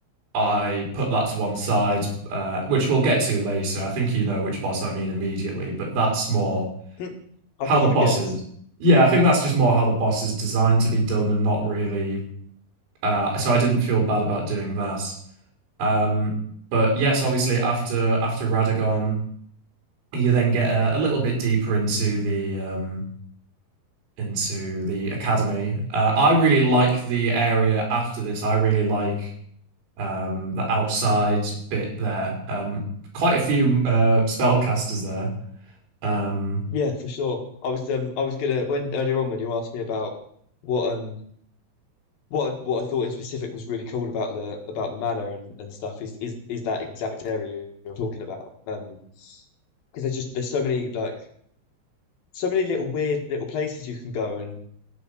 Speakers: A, on the right (about 80°); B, on the left (about 60°).
A: I put that to one side, uh, which we'll get to later. I think you know which boss I mean immediately, but that's more
B: <laughs> Hmm, I
A: how
B: could
A: the
B: have
A: boss
B: a guess.
A: is. Yeah, I think that's just more how the boss is designed to be done and not really. Uh, so I didn't feel bad about doing that. Um, but yes, obviously after after Radagon, you then get a, a little bit deeper into the um, into the academy. Uh, I really like the area after this. I really like um, the outside bit there. Um, quite a few uh, spellcasters there. Um,
B: Yeah, for sure. I was um I was gonna when earlier on when you asked me about what um what I- what I thought in specific was really cool about the about the manor and, and stuff is is is that exact area you're talking about. Um, because there's just there's so many like so many little weird little places you can go and